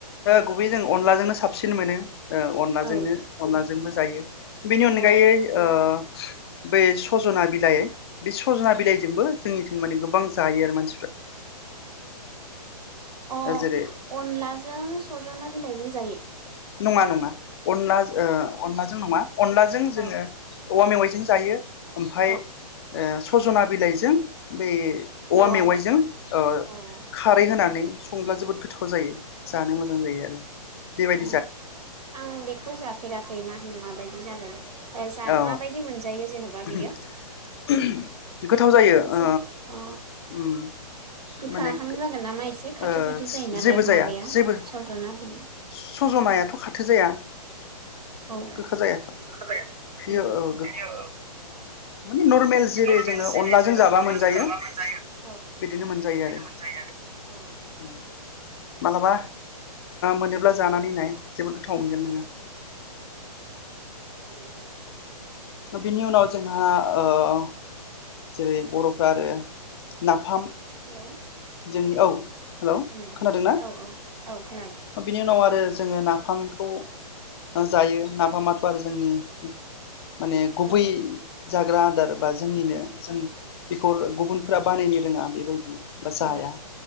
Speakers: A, on the left; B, on the right.
A: ओ गुबै जों अनलाजोंनो साबसि सिन मोनो। ओ अनलाजोंनो
B: औ
A: अनलाजों । जोंबो जायो । बिनि अनगायै
B: औ
A: ओ बै सजना बिलाइ बे सजना बिलाइ जोंबो जोंनिथिं माने गोबां जायो आरो माने ।
B: अह
A: जेरै
B: अनलाजों सजना बिलाइजों जायो?
A: नङा नङा अनला ओ अनलाजों नङा । अनलाजों जोङो
B: अ
A: औवा मेवाइजों जायो । ओमफाय
B: अ
A: ओ सजना बिलाइजों बै औवा
B: मेवाजों
A: मेवाइजों ओ
B: औ
A: खारै
B: उम
A: होनानै संब्ला जोबोद गोथाव जायो जानो मोजां जायो आरो बेबायदि ।
B: ओम आं बेखौ जाफेराखै मा होनो माबायदि जागोन। एह जा
A: औ
B: माबायदि मोनजायो जेन'बा
A: <inaudible>
B: बेयो
A: गोथाव जायो
B: एसे
A: ओ
B: अ
A: ओम
B: गोखाहां
A: माने गो
B: जागोन नामा एसे खाथो
A: ओ
B: खाथो जायो नालाय
A: जेबो जाया
B: माबाया
A: जेबो
B: सजना बिलाइ
A: सज'नायाथ' खाथो जाया
B: औ
A: गोखा जायाथ'
B: गोखा जाया
A: बेयो औ गो
B: बेयो
A: मानि नरमेल जेरै
B: नरमेल
A: जोङो
B: जेरै
A: अनलाजों
B: जोङो
A: जाबा
B: अनलाजों
A: मोनजायो
B: जाबा मोनजायो औ
A: बिदिनो मोनजायो आरो ।
B: मोनजायो अ
A: मालाबा मोनोब्ला जानानै नाय जोबोद गोथाव मोनगोन नोङो।
B: <inaudible>
A: बिनि उनाव जोंहा ओ जेरै बरफ्रा आरो नाफाम।
B: हेलौ उम
A: जोंनि औ हेलौ खोनादोंना
B: औ औ। औ खोनादों।
A: बिनि उनाव आरो जोङो नाफामखौ जायो नाफामाथ' आरो जोंनि। माने गुबै
B: औ
A: जाग्रा आदार बा जोंनिनो जों बेखौ गुबुनफोरा बानायनो रोङा बेबायदि बा जाया
B: औ